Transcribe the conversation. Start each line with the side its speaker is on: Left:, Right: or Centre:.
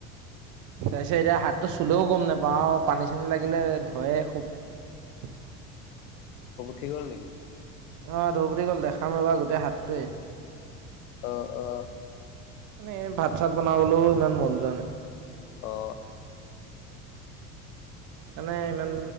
Right: তাৰ পিছত এতিয়া হাতটো চুলেও গম নাপাওঁ আৰু পানী চানী লাগি। লাগিলে ধয়ে খুব।
Left: ঠিক হ'ল নেকি?
Right: আহ ধৌফুতি গ'ল দেখাম ৰবা গোটেই হাতটোৱে।
Left: অ অ।
Right: মানে ভাত চাত বনাবলৈও ইমান মন যোৱা নাই।
Left: অ
Right: মানে ইমান